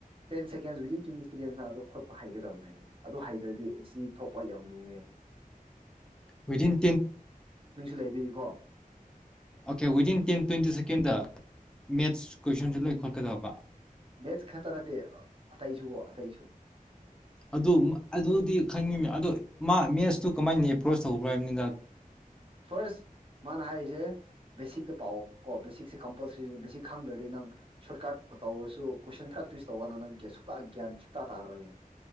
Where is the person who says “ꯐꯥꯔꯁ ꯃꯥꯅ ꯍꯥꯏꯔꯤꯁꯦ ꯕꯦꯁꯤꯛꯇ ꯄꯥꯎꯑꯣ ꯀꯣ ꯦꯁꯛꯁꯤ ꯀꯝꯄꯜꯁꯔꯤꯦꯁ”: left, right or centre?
Right